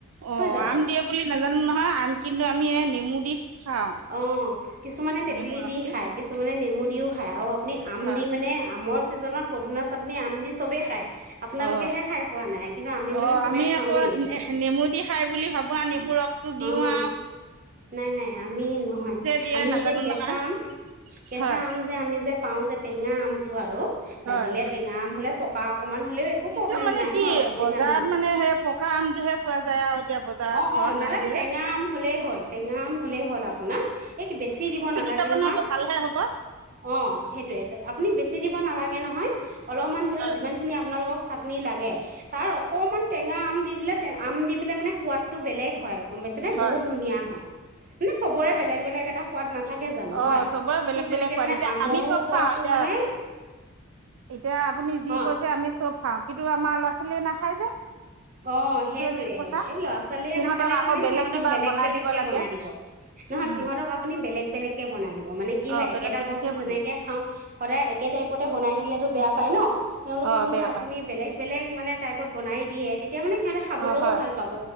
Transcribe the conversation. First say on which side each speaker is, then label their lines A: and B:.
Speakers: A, on the right (about 70°); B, on the right (about 40°).
A: অ'
B: হৈ যাব
A: আম দিয়ে বুলি নাজানো নহয়। আম কিন্তু আমি এই নেমু দি খাওঁ
B: অ' কিছুমানে তেতেলি
A: নেমু ৰস
B: দি খায়, কিছুমানে নেমু দিওঁ খায় আও আপ নি আম
A: হয়
B: দি মানে, আমৰ ছিজনত পদুনা চাটনি আম দি চবেই খায়। আপোনালোকেহে
A: অ'।
B: খাই পোৱা নাই কিন্তু আমি
A: অ'
B: মানে চবেই
A: আমি
B: খাওঁৱেই
A: আকৌ
B: এইটো
A: নেহ-নেমু দি খাই বুলি ভাবো আও নেমু ৰস টো দিওঁ
B: অ
A: আও।
B: নাই নাই আমি নহয়
A: দিয়ে
B: আমি
A: নাজানো
B: এতিয়া কেঁচা
A: নহয়
B: আম কেঁচা
A: হয়
B: আম যে আমি যে পাওঁ যে টেঙা আমটো আৰু
A: হয়
B: লাগিলে টেঙা আম হলে পকা অকমান হ'লেও একো প্ৰব্লেম
A: এতিয়া মানে
B: নাই
A: কি
B: হয় অসুবিধা
A: বজাৰত
B: নহয়।
A: মানে সেই পকা আমটোহে পোৱা যায় আৰু এতিয়া বজাৰত
B: অ',
A: ঘৰত
B: অ', নালাগে
A: নাই যে
B: টেঙা আম হলেই হল, টেঙা আম হলেই হ'ল আপোনাৰ এই বেছি দিব নালাগে
A: কিবা বনাব
B: নহয়
A: ভালহে হ'ব।
B: অ', সেইটোৱে আপুনি বেছি দিব নালাগে নহয় অলপমান ধৰি
A: হয়
B: লওক যিমানখিনি আপোনালোকক চাটনি লাগে তাৰ অকণমান টেঙা আম দি দিলে আম দি পেলাই মানে সোৱাদটো বেলেগ হয়। গম পাইছে নে
A: হয়
B: বহুত ধুনীয়া হয়। মানে চবৰে
A: অ',
B: বেলেগ বেলেগ এটা সোৱাদ নাথাকে জানো হয়
A: চবৰে বেলেগ
B: ঠিক তেনেকে
A: বেলেগ সোৱাদ,
B: মানে
A: এতিয়া
B: আমৰো
A: আমি চব
B: সোৱাদটো
A: খাওঁ এতিয়া
B: মানে
A: এতিয়া আপুনি যি
B: অ
A: কৈছে আমি চব খাওঁ কিন্তু আমাৰ ল'ৰা ছোৱালীয়ে নাখায় যে।
B: <inaudible> অ', সেইটোৱে
A: মেইন কথা
B: এই ল'ৰা ছোৱালীয়ে
A: সিহঁতক
B: নাখালে
A: আকৌ
B: কাৰণে সিহঁতক
A: কিবা
B: বেলেগ
A: বনাই
B: বেলেগকে
A: দিব লাগে
B: বনাই দিব। নহয়
A: উম
B: সিহঁতক আপুনি বেলেগ বেলেগকে বনাই দিব মানে কি
A: অ
B: হয়
A: বেলেগ
B: একেটা
A: বেলেগকে
B: বস্তু
A: বনাই
B: যেনেকে
A: দিয়ে
B: খাওঁ সদায় একেই টাইপতে বনাই। দিলেতো বেয়া পায় ন' তেওঁলোকক
A: অ
B: যদি
A: বেয়া
B: আপুনি
A: পায়
B: বেলেগ বেলেগ মানে টাইপত বনাই দিয়ে। তেতিয়া মানে সিহঁতে খাবলেও
A: অ হয়
B: ভাল পাব,